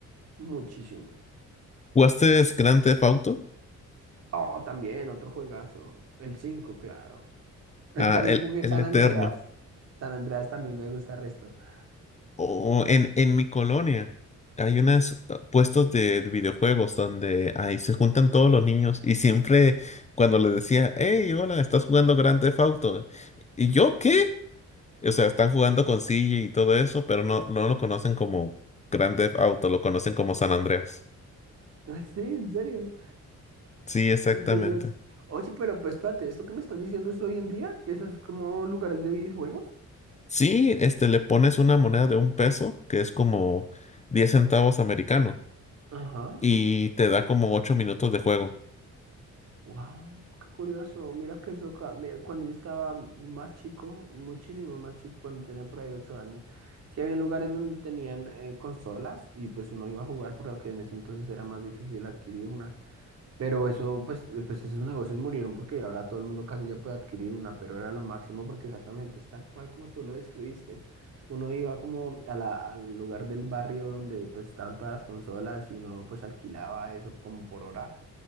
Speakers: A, on the right (about 55°); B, on the left (about 20°).
A: muchísimo.
B: ¿Jugaste Grand Theft Auto?
A: Oh, también otro juegazo, el 5 claro. Eh,
B: Ah,
A: También
B: el,
A: jugué
B: el
A: San
B: Eterno.
A: Andreas. San Andreas también me gusta el resto. <laughs>
B: O en, en mi colonia hay unos puestos de, de videojuegos donde ahí se juntan todos los niños y siempre cuando les decía, hey, hola, ¿estás jugando Grand Theft Auto? ¿Y yo qué? O sea, están jugando con CJ y todo eso, pero no, no lo conocen como Grand Theft Auto, lo conocen como San Andreas.
A: Ah, Sí, en serio.
B: Sí, exactamente.
A: Qué curioso. Oye, pero pues espérate, ¿esto que me estás diciendo es hoy en día? ¿Que esas como lugares de videojuegos?
B: Sí, este, le pones una moneda de un peso, que es como 10 centavos americanos,
A: Ajá.
B: y te da como 8 minutos de juego.
A: Wow. Qué curioso, mira que eso, ca- mira, cuando yo estaba más chico, muchísimo más chico, cuando tenía por ahí ocho años, sí había lugares donde tenían eh, consolas y pues uno iba a jugar porque en ese entonces era más difícil adquirir una. Pero eso, pues, eh, pues esos negocios murieron porque ahora todo el mundo casi ya puede adquirir una, pero era lo máximo porque exactamente es tal cual como tú lo describiste. Uno iba como a la- al lugar del barrio donde pues estaban todas las consolas y uno pues alquilaba eso como por hora